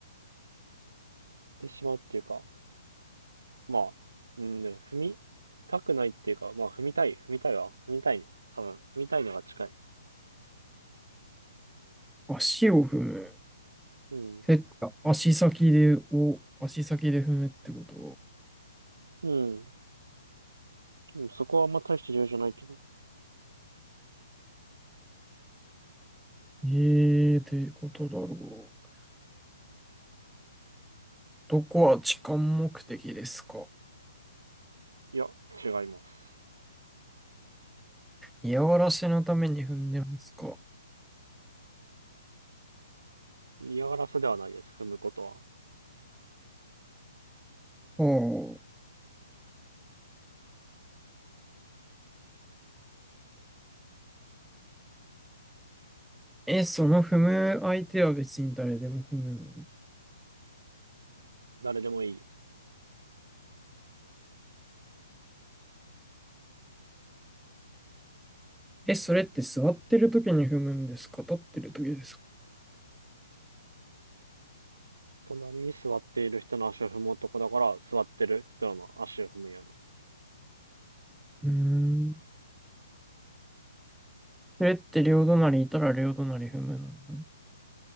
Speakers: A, on the right; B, in the centre.
A: でしまうっていうか、まあ、うん、でも踏みたくないっていうか、まあ、踏みたい、踏みたいわ。踏みたい。多分、踏みたいのが近い。
B: 足を踏む。
A: うん。
B: え、足先で、お、足先で踏むってこと
A: うん。うんそこはあんま大して重要じゃないけど。
B: ええー、ってことだろう。どこは痴漢目的ですか
A: いや、違います。
B: 嫌がらせのために踏んでますか
A: 嫌がらせではないです、踏むことは。
B: おうえ、その踏む相手は別に誰でも踏むの
A: 誰でもいい。
B: え、それって座ってる時に踏むんですか立ってる時ですか
A: 隣に座っている人の足を踏む男だから、座ってる人の足を踏むやな。
B: うーん。それって両隣いたら両隣踏むの